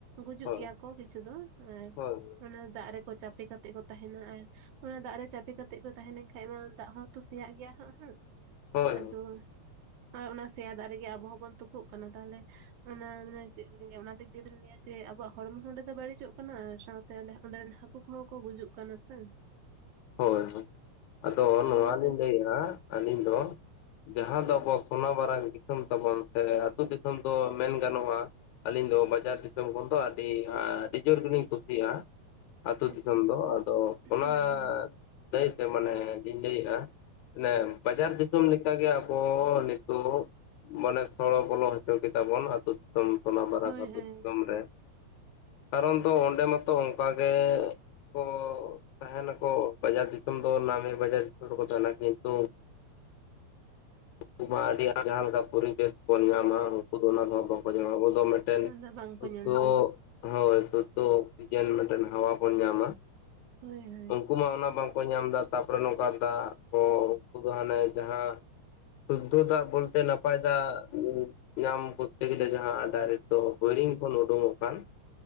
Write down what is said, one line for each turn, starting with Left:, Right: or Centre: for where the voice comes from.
Right: ᱜᱩᱡᱩᱜ
Left: ᱦᱳᱭ
Right: ᱜᱮᱭᱟ ᱠᱚ ᱠᱤᱪᱷᱩ ᱫᱚ ᱟᱨ
Left: ᱦᱳᱭ
Right: ᱚᱱᱟ ᱫᱟᱜ ᱨᱮᱠᱚ ᱪᱟᱯᱮ ᱠᱟᱛᱮ ᱠᱚ ᱛᱟᱦᱮᱱᱟ ᱟᱨ ᱚᱱᱟ ᱫᱟᱜ ᱨᱮ ᱪᱟᱯᱮ ᱠᱟᱛᱮᱜ ᱠᱚ ᱛᱟᱦᱮᱸ ᱞᱮᱱᱠᱷᱟᱱᱡ ᱫᱟᱜ ᱦᱚᱸᱛᱚ ᱥᱮᱭᱟᱜ ᱜᱮᱭᱟ ᱦᱟᱜ ᱥᱮ
Left: ᱦᱳᱭ ᱾
Right: ᱟᱫᱚ ᱟᱨ ᱚᱱᱟ ᱥᱮᱭᱟ ᱫᱟᱜ ᱨᱮᱜᱮ ᱟᱵᱚ ᱦᱚᱸᱵᱚᱱ ᱛᱩᱯᱩᱜ ᱠᱟᱱᱟ ᱛᱟᱦᱚᱞᱮ ᱚᱱᱟ ᱢᱟᱱᱮ ᱪᱮᱫ ᱞᱤᱧ ᱞᱟᱹᱭ ᱚᱱᱟᱛᱮ ᱫᱤᱧ ᱞᱟᱹᱭᱟ ᱡᱮ ᱟᱵᱚᱣᱟᱜ ᱦᱚᱲᱢᱚ ᱦᱚᱸ ᱚᱸᱰᱮ ᱫᱚ ᱵᱟᱹᱲᱤᱡᱚᱜ ᱠᱟᱱᱟ ᱥᱟᱶᱛᱮ ᱚᱰᱮᱸ ᱦᱟ. ᱠᱩ ᱦᱟᱹᱠᱩ ᱠᱚᱦᱚᱸ ᱠᱚ ᱜᱩᱡᱩᱜ ᱠᱟᱱᱟ ᱥᱮ
Left: ᱦᱳᱭ ᱦᱳᱭ ᱟᱫᱚ
Right: ᱚᱱᱟ
Left: ᱱᱚᱣᱟ
Right: ᱠᱷᱟᱹᱛᱤᱨ
Left: ᱞᱤᱧ ᱞᱟᱹᱭᱮᱫᱟ
Right: ᱛᱮ
Left: ᱟᱹᱞᱤᱧ ᱫᱚ ᱡᱟᱦᱟᱸ ᱫᱚ ᱟᱵᱚ ᱥᱚᱱᱟᱵᱟᱨᱟᱝ ᱫᱤᱥᱚᱢ ᱛᱟᱵᱚᱱ ᱥᱮ ᱟᱹᱛᱩ- ᱫᱤᱥᱚᱢ ᱫᱤᱥᱚᱢ ᱫᱚ ᱢᱮᱱ ᱜᱟᱱᱚᱜᱼᱟ, ᱟᱹᱞᱤᱧ ᱫᱚ ᱵᱟᱡᱟᱨ ᱫᱤᱥᱚᱢ ᱠᱷᱚᱱ ᱫᱚ ᱟᱹᱰᱤ ᱟᱹᱰᱤ ᱡᱚᱨ ᱜᱮᱞᱤᱧ ᱠᱩᱥᱤᱭᱟᱜᱼᱟ᱾ ᱟᱹᱛᱩ
Right: ᱟᱪᱪᱷᱟ
Left: -ᱫᱤᱥᱚᱢ
Right: ᱟᱪᱪᱷᱟ
Left: ᱫᱚ᱾ ᱟᱫᱚ ᱚᱱᱟ
Right: ᱦᱳᱭ ᱦᱳᱭ
Left: ᱞᱟᱹᱭ ᱛᱮ ᱢᱟᱱᱮ ᱤᱧ ᱞᱟᱹᱭᱮᱫᱼᱟ, ᱢᱮ ᱵᱟᱡᱟᱨ ᱫᱤᱥᱚᱢ ᱞᱮᱠᱟᱜᱮ ᱟᱵᱚ ᱛᱚ ᱢᱟᱱᱮ ᱥᱚᱲᱚ ᱵᱚᱞᱚ ᱦᱚᱪᱚ ᱠᱮᱫᱛᱟ ᱵᱚᱱ ᱟᱹᱛᱩ- ᱫᱤᱥᱚᱢ ᱫᱤᱥᱚᱢ ᱥᱚᱱᱟᱜ ᱵᱟᱨᱟᱝ
Right: ᱦᱳᱭ
Left: ᱟᱹᱛᱩ-
Right: ᱦᱳᱭ
Left: ᱫᱤᱥᱚᱢ ᱨᱮ᱾ ᱠᱟᱨᱚᱱ ᱫᱚ ᱚᱸᱰᱮ ᱢᱟᱛᱚ ᱚᱱᱠᱟ ᱜᱮ ᱠᱚ ᱛᱟᱦᱮᱱᱟ ᱠᱚ ᱾ ᱵᱟᱡᱟᱨ ᱫᱤᱥᱚᱢ ᱫᱚ ᱱᱟᱢᱮ ᱵᱟᱡᱟᱨ ᱫᱤᱥᱚᱢ ᱨᱮᱠᱚ ᱛᱟᱦᱮᱱᱟ, ᱠᱤᱱᱛᱩ ᱩᱱᱠᱩ ᱢᱟ ᱟᱹᱰᱤ ᱟᱸᱴ ᱡᱟᱦᱟᱸ ᱞᱮᱠᱟ ᱯᱚᱨᱤᱵᱮᱥ ᱵᱚᱱ ᱧᱟᱢᱟ᱾ ᱩᱱᱠᱩ ᱫᱚ ᱚᱱᱟ ᱫᱚ ᱵᱟᱠᱚ ᱧᱟᱢᱟ ᱟᱵᱚ ᱫᱚ ᱢᱤᱫ ᱢᱤᱫᱴᱮᱱ
Right: ᱟᱫᱚ ᱵᱟᱝᱠᱚ
Left: <unintelligible>
Right: ᱧᱟᱢᱟ ᱦᱳᱭ
Left: ᱦᱳᱭ ᱛᱚ ᱚᱠᱥᱤᱡᱮᱱ ᱢᱤᱫᱴᱮᱱ ᱦᱟᱣᱟ ᱵᱚᱱ ᱧᱟᱢᱟ᱾
Right: ᱦᱳᱭ ᱦᱳᱭ
Left: ᱩᱱᱠᱩ ᱢᱟ ᱚᱱᱟ ᱵᱟᱝ ᱠᱚ ᱧᱟᱢ ᱮᱫᱟ᱾ ᱛᱟᱨᱯᱚᱨᱮ ᱱᱚᱝᱠᱟ ᱫᱟᱜ ᱠᱚ ᱩᱱᱠᱩ ᱫᱚ ᱦᱟᱱᱮ ᱡᱟᱦᱟᱸ ᱥᱩᱫᱽᱫᱷᱚ ᱫᱟᱜ ᱵᱚᱞᱛᱮ ᱱᱟᱯᱟᱭ ᱫᱟᱜ ᱧᱟᱢ ᱠᱚᱨᱛᱮ ᱜᱮᱞᱮ, ᱡᱟᱦᱟᱸ ᱟᱫᱟᱨ ᱛᱚ ᱦᱳᱭᱨᱤᱝ ᱠᱷᱚᱱ ᱳᱰᱩᱝᱚᱜ ᱠᱟᱱ